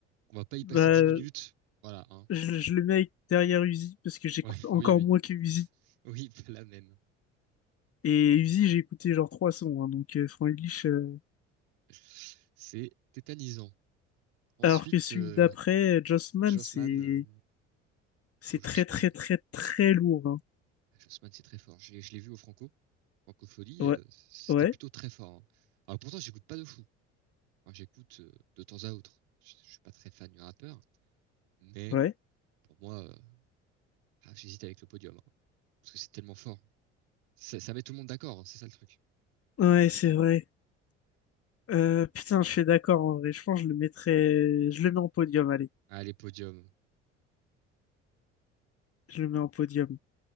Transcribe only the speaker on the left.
<laughs> bah,
je, je le mets avec- derrière Uzi parce que j'écoute
encore
moins que Uzi.
Et Uzi, j'ai écouté genre trois sons, hein, donc euh, Franglish. euh,
Alors que celui
d'après, euh, Jossman,
c'est
C'est
très très très très lourd. hein.
Ouais,
ouais,
ouais.
Ouais, c'est vrai. Euh, putain, je suis d'accord en vrai. Je pense que je le mettrais. Je le mets en podium, allez.
Je le mets en podium.